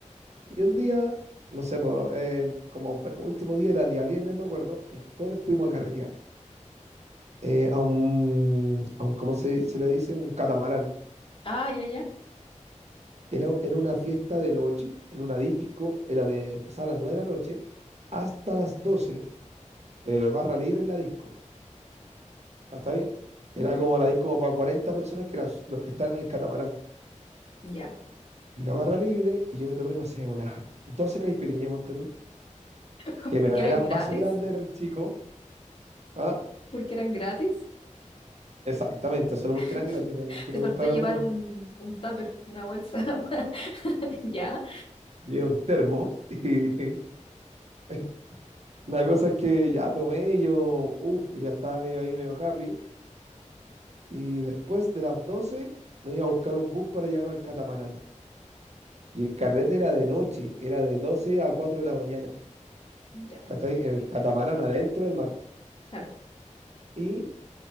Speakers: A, on the right (about 60°); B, on the left (about 45°).
A: Y un
B: Ya.
A: día, no sé, po, eh, como penúltimo día era día viernes, me acuerdo, el jueves fuimos a carretear eh, a un, a un, ¿cómo se, se le dice? Un catamarán.
B: Ah, ya, ya.
A: Era, era una fiesta de noche, en una disco, era de empezar a las 9 de la noche hasta las doce eh, barra libre en la disco. ¿Cachai? Era
B: Ujú,
A: como la disco como para 40 personas que eran los que están en el catamarán.
B: Ya.
A: Y la barra libre, y yo me tomé, no sé, unas 12 caipiriñas, ponte tú.
B: <laughs>
A: Que
B: ¿Porque
A: no eran
B: eran gratis?
A: vasos grandes, eran chicos. Ah,
B: ¿Porque eran gratis?
A: exactamente, solo porque
B: <laughs>
A: eran gratis, no porque
B: Te
A: me
B: faltó
A: gustaba
B: llevar
A: tomar.
B: un, un tupper, una bolsa. <laughs> Ya,
A: Llevé un termo y <laughs> la cosa es que ya tomé y yo, uff, ya estaba medio ahí, medio happy. Y después de las 12 nos iba a buscar un bus para llevarnos al catamarán. Y el carrete era de noche, era de 12 a 4 de la mañana.
B: ya,
A: ¿cachai? En el catamarán adentro del mar.
B: claro.
A: Y